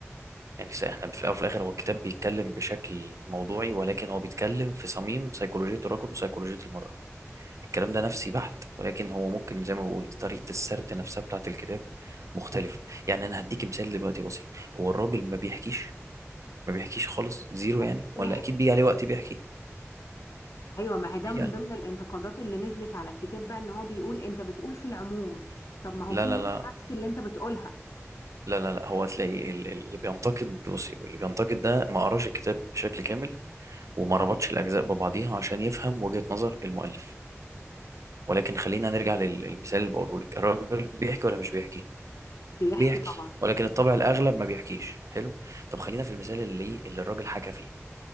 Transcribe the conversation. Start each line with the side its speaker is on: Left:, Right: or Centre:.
Right: يعني س- احنا في الأول وفي الآخر هو الكتاب بيتكلم بشكل موضوعي ولكن هو بيتكلم في صميم سيكولوجية الرجل وسيكولوجية المرأة الكلام ده نفسي بحت ولكن هو ممكن زي ما بقول طريقة السرد نفسها بتاعة الكتاب مختلفة يعني أنا هديك مثال دلوقتي بسيط هو الراجل ما بيحكيش ما بيحكيش خالص زيرو يعني
Left: اكيد بيحكي
Right: ولا أكيد بيجي عليه وقت بيحكي
Left: ايوه ما هي ده
Right: بيجي
Left: من
Right: عليه
Left: ضمن الانتقادات اللي نزلت على الكتاب بقى ان هو بيقول انت بتقول في العموم طب ما هو
Right: لا
Left: في
Right: لا
Left: ناس
Right: لا
Left: عكس اللي انت بتقولها
Right: لا لا لا هو تلاقي ال- ال- اللي بينتقد بصي اللي بينتقد ده ما قراش الكتاب بشكل كامل وما ربطش الأجزاء ببعضيها عشان يفهم وجهة نظر المؤلف ولكن خلينا نرجع لل- للمثال اللي بقوله لك الراجل بيحكي ولا مش بيحكي
Left: بيحكي
Right: بيحكي
Left: طبعا
Right: ولكن الطبع الأغلب ما بيحكيش حلو طب خلينا في المثال اللي اللي الراجل حكى فيه